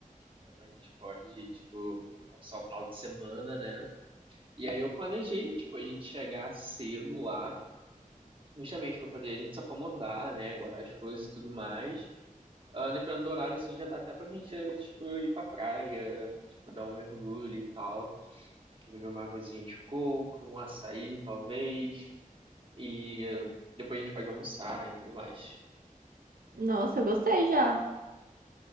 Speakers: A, on the right; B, on the right.
A: então a gente pode, tipo, passar o final de semana, né? E aí eu planejei, tipo, a gente chegar cedo lá, justamente pra poder a gente se acomodar, né? Guardar as coisas e tudo mais. Ah, dependendo do horário, assim, já dá até pra gente, eh, tipo, ir pra praia, tipo, dar um mergulho e tal. Beber uma aguazinha de coco, um açaí, talvez. E eh, depois a gente pode almoçar e tudo mais.
B: Nossa, eu gostei já.